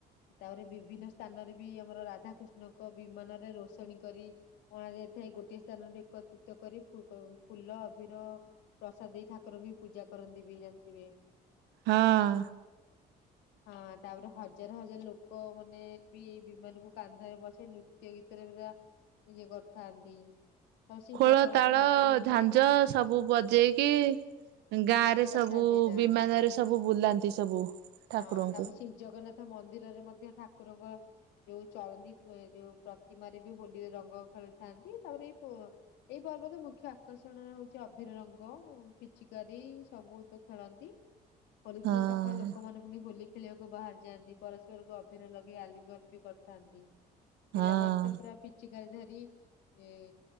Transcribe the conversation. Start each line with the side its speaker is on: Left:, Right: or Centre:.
Left: ତାପରେ ବିଭିନ୍ନ ସ୍ଥାନରେ ବି ଆମର ରାଧାକୃଷ୍ଣଙ୍କ ବିମାନରେ ରୋଷଣୀ କରି ଅଣା ଯାଇଥାଏ। ଗୋଟିଏ ସ୍ଥାନରେ ଏକତ୍ରିତ କରି ଫୁ କ ଫୁଲ ଅଭିର ପ୍ରସାଦ ଦେଇ ଠାକୁର ବି ପୂଜା କରନ୍ତି ବି ଜାଣିଥିବେ।
Right: ହଁ।
Left: ହଁ ତାପରେ ହଜାର ହଜାର ଲୋକ ମାନେ ବି ଏଇ ବିମାନ କୁ କାନ୍ଧରେ ବସେଇ ନୃତ୍ୟ ଗୀତରେ ପୁରା ଇଏ କରିଥାନ୍ତି। ଆଉ ସେ
Right: ଖୋଳ
Left: ଜଗନ୍ନାଥ
Right: ତାଳ
Left: ମନ୍ଦିରରେ ହଁ
Right: ଝାଞ୍ଜ ସବୁ ବଜେଇକି ଗାଁ ରେ
Left: କରିଥାନ୍ତି
Right: ସବୁ-ଉ-ଉ
Left: ଏଇଟା।
Right: ବିମାନରେ ସବୁ ବୁଲାନ୍ତି ସବୁ ଠାକୁରଙ୍କୁ।
Left: ହଁ ତାପରେ ଶ୍ରୀ ଜଗନ୍ନାଥ ମନ୍ଦିରରେ ମଧ୍ୟ ଠାକୁରଙ୍କ ଯୋଉ ଚଳନି ପ ଏ ଯୋଉ ପ୍ରତିମାରେ ବି ହୋଲି ରଙ୍ଗ ଖେଳିଥାନ୍ତି। ତାପରେ ଏଇ ପୋ ଏଇ ପର୍ବ ତ ମୁଖ୍ୟ ଆକର୍ଷଣ ହଉଛି ଅଭିିର ରଙ୍ଗ ପିଚିକାରି ସବୁ ତ ଖେଳନ୍ତି। ହୋଲିଦିନ
Right: ହଁ
Left: ସକାଳେ ଲୋକମାନେ ପୁଣି ହୋଲି ଖେଳିବାକୁ ବାହାରି ଯାଆନ୍ତି। ପରସ୍ପରକୁ ଅଭିର ଲଗେଇ ଆଲିଙ୍ଗନ ବି କରିଥାନ୍ତି
Right: ହଁ
Left: ପିଲାମାନେ ତ ପୁରା ପିଚିିକାରି ଧରି ଏ-ଏ